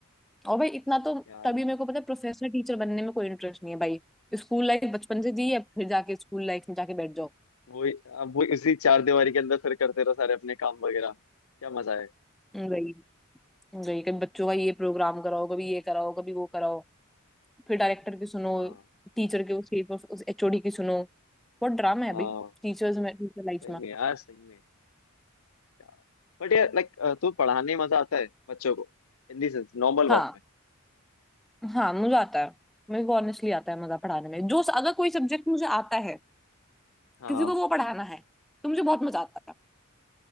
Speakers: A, in the centre; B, on the left (about 80°).
A: और भाई इतना तो
B: यार
A: तभी मेरे को पता है प्रोफेसर टीचर बनने में कोई इंटरेस्ट नहीं है भाई स्कूल लाइफ बचपन से जी है फिर जाके स्कूल लाइफ में जाके बैठ जाओ
B: वही अब वही उसी चार दीवारी के अंदर फिर करते रहो सारे अपने काम वगैरह क्या मजा है
A: गई गई कभी बच्चों का ये प्रोग्राम कराओ कभी ये कराओ कभी वो कराओ फिर डायरेक्टर की सुनो
B: हाँ
A: टीचर के उसकी उस एचओडी की सुनो बहुत ड्रामा है
B: हाँ
A: भाई टीचर्स में टीचर लाइफ
B: सही
A: में
B: में यार सही में यार। बट यार लाइक तो पढ़ाने में मजा आता है बच्चों को इन दी सेंस नॉर्मल
A: हाँ
B: बात में
A: हाँ मुझे आता है मेरे को ऑनेस्टली आता है मजा पढ़ाने में जो अगर कोई सब्जेक्ट मुझे आता है
B: हाँ
A: किसी
B: हाँ
A: को वो पढ़ाना है तो मुझे बहुत मजा आता था